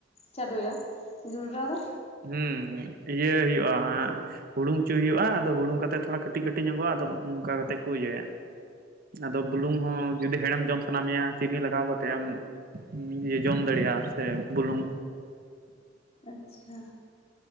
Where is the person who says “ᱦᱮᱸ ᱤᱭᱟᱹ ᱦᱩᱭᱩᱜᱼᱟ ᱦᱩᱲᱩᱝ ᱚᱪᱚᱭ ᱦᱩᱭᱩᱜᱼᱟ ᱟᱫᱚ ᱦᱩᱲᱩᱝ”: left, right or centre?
Right